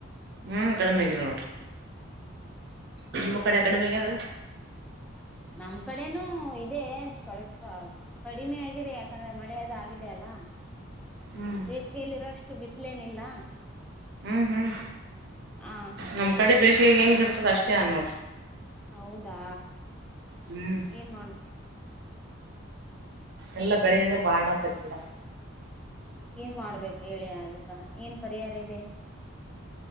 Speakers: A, on the right; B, in the centre.
A: ಹ್ಮ್ ಕಡಿಮೆ ಆಗಲ್ ನೋಡ್ರಿ ನಿಮ್ಮ ಕಡೆ ಕಡಿಮೆಗಾದ್ರಿ
B: ನಮ್ ಕಡೆನೂ ಇದೆ ಸ್ವಲ್ಪ ಕಡಿಮೆ ಆಗಿದೆ ಯಾಕಂದ್ರೆ ಮಳೆದು ಆಗಿದೆ ಅಲ್ಲ
A: ಹ್ಮ್
B: ಬೇಸಿಗೆಯಲ್ಲಿರೋಷ್ಟು ಬಿಸಿಲೇನಿಲ್ಲ
A: ಹ್ಮ್ ಹ್ಮ್
B: ಹ
A: ನಮ್ ಕಡೆ ಬೇಸಿಯಗ್ ಹೆಂಗ ಇರ್ತದ ಅಷ್ಟೇ ಅನ್ನೋ
B: ಹೌದಾ
A: ಹ್ಮ್
B: ಏನ್ ಮಾಡ
A: ಎಲ್ಲಾ ಬೆಳಗ್
B: ಹ್ಮ್
A: ಅಂದ್ರ ಬಾಡ ಆಕತಿ ಬಿಡ
B: ಏನ್ ಮಾಡ್ಬೇಕು ಹೇಳಿ ಅದಕ್ಕ ಏನ್ ಪರಿಹಾರ ಇದೆ